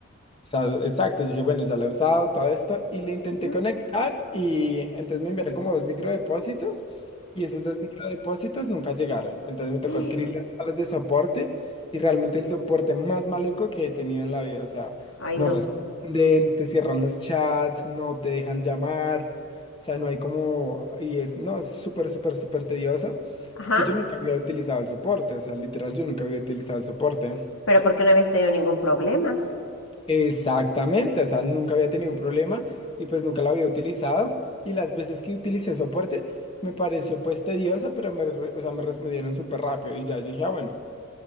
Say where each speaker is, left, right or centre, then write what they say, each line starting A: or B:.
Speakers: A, on the left; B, on the left.
A: sea, Exacto, yo dije, bueno, ya la he usado, todo esto, y le intenté
B: ujú,
A: conectar y entonces me enviaron como dos microdepósitos y esos dos microdepósitos nunca llegaron. Entonces me tocó
B: ujú.
A: escribirles a los de soporte y realmente el soporte más maluco que he tenido en la vida, o sea,
B: Ay,
A: no
B: no.
A: responden, te cierran los chats, no te dejan llamar, o sea, no hay como, y es, no, es súper, súper, súper tedioso,
B: Ajá.
A: que yo nunca había utilizado el soporte, o sea, literal, yo nunca había utilizado el soporte.
B: Pero ¿por qué no habías tenido ningún problema?
A: Exactamente, o sea, nunca había tenido un problema y pues nunca lo había utilizado. Y las veces que utilicé soporte me pareció pues tedioso, pero me, re- o sea, me respondieron súper rápido y ya dije, ah, bueno,